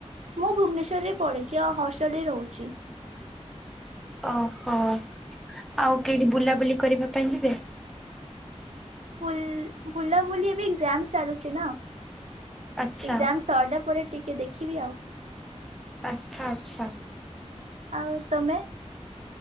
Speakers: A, on the right; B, in the centre.
A: ମୁଁ ଭୁବନେଶ୍ୱରରେ ପଡ଼ି଼ଛି ଆଉ ହଷ୍ଟେଲରେ ରହୁଛି।
B: ଓ ହୋ ଆଉ କେଇଁଠି ବୁଲାବୁଲି କରିବା ପାଇଁ ଯିବେ?
A: ଫୁଲ ବୁଲାବୁଲି ଏବେ ଏକ୍ଜାମ ଚାଲୁଛି ନା।
B: ଆଚ୍ଛା
A: ଏସ୍ଜାମ ସରିଲା ପରେ ଟିକେ ଦେଖିବି ଆଉ।
B: ଆଚ୍ଛା ଆଛା।
A: ଆଉ ତମେ